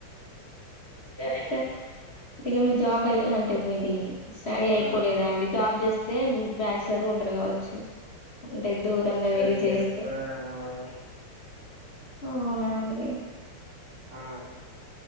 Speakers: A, on the left; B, on the right.
A: ఏమైతే ఇక మీ జాబ్ అయ అంటే మీది స్టడీ అయిపోలేదా
B: ఉమ్
A: అండి జాబ్ చేస్తే బ్యాచలర్ ఉండరు కావచ్చు అంటే దూరంగా
B: స్టడీ
A: వెళ్ళి చేస్తే
B: అయిపోలేదండి మాది
A: అవునండి
B: ఆ